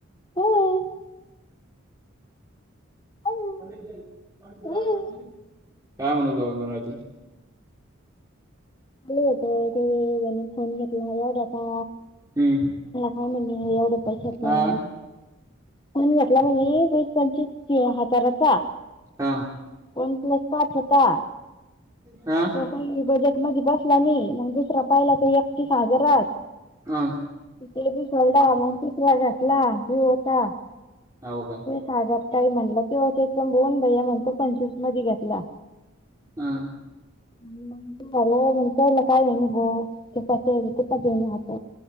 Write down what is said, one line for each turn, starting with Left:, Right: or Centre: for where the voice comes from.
Left: हं, हं,
Right: काय
Left: हं.
Right: म्हणतो बंगरजी?
Left: ल हो ते म्हणे फोन घेतला आता.
Right: हम्म
Left: काामली एवढे पैशच नाही.
Right: हा
Left: मण घेतला म्हणजे वीस पंचवीस हजाराचा.
Right: हा.
Left: वन प्लस पाच होता.
Right: हा.
Left: तो बजेट मध्ये बसला नाही मग दुसरा पाहिला तर एकतीस हजारात.
Right: हा
Left: ति बी सोडला मग तीसराच घेतला व्हीओ चा होता.
Right: हो का?
Left: साज काही म्हणलं की हो. बन भैया म्हणतो पंचवीस मध्ये घेतला.
Right: हा
Left: झालं म्हण त्या काय घेन ग ते कुठ घेऊन आात